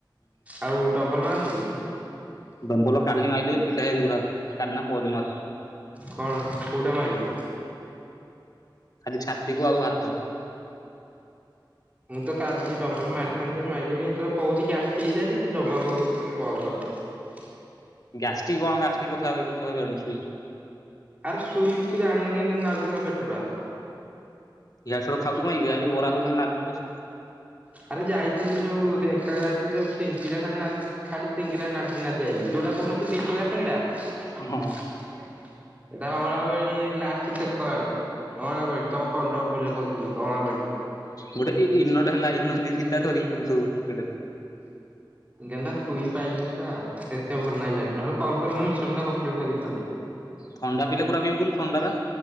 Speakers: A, on the right (about 20°); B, on the left (about 50°).
A: ଆଉ ଡମ୍ବଲ ଭାରୁନି କି?
B: ଡମ୍ପଲ କାଲି ମାଲି ଯେ ପିଡା ହେଇଛି ଯେ ଗୋଡ ହାତ କାଲି ନା ପଅର ଦିନ ମାରିଥିଲି।
A: କ ଣ କୋଉଟା ମାଇଲୁ?
B: ଖାଲି ଛାତିକୁ ଆଉ ହାତ।
A: ମୁଁ ତ କାଲି ଡମ୍ବର ମାରିଥାନ୍ତେ ମାରିଲିଣିି ତ କହୁଛି ଗ୍ୟାଷ୍ଟିକ ହେଇ ଯାଇଛି ଯବର କହୁଛି କଲ୍ କର । ହଁ
B: ଗ୍ୟାଷ୍ଟିକ କଣ ଗ୍ୟାଷ୍ଟିକ କୋଥା କଥା କହି ପାରୁବୁନି ଶୋଇକି।
A: ଆରେ ଶୋଇକି ତୁ ଜାଣିନୁ କେମିତିିନ ଲାଗୁଥିଲା ପେଟ ଟା।
B: ଇଆଡେ ସିଆଡେ ଖାଉଛୁ କଣ କି ଆଜି ବରା ହଉଛନ୍ତି ନାଦୁଛୁ ବସିକି।
A: ଆରେ ଯାଇଥିଲି ଯୋଉ ଢେଙ୍କାନାଳ ଯାଇଥିଲି ଯୋଉ ସିଙ୍ଗିଡ଼ା ଖାଲି ନା ଖାଲି ସିଙ୍ଗିଡ଼ା ନାଦି ଆଇଲି ଯୋଉ ଟା କହୁନଥିଲି ଥିଲେ ଦି ଟଙ୍କା ସିଙ୍ଗିଡା
B: ହଁ
A: ସେଟା ଅ ଲାଷ୍ଟ ଛେକ ଆଡେ ଅଣାବେଡି ତମ ପଣ୍ଡପ ଭୁଲ କହୁଥିଲି ଅଣା ବରେ
B: ଗୋଟେ ଇ-ଇ-ଇ ଇନୋଟେ ହେଲା ଇନୋ ଦି ତିନଟା ଧରିକି ବୁଲଥିବୁ ପକେଟରେ।
A: ଗେଂଧା ସୋଇ ପାଇଲିନି ବା। ସେତେ ଭଲ ଲାଗିଲାନି ନହେଲେ କଲ୍ କରି ମିଶନ ଟା କମ୍ପ୍ଲିଟ୍ କରିଦେଇଥାନ୍ତି।
B: ଥଣ୍ଡା ପିଇଲେ କଉଁଟା ପିଇବୁ କହିଲୁ ଥଣ୍ଡାଟା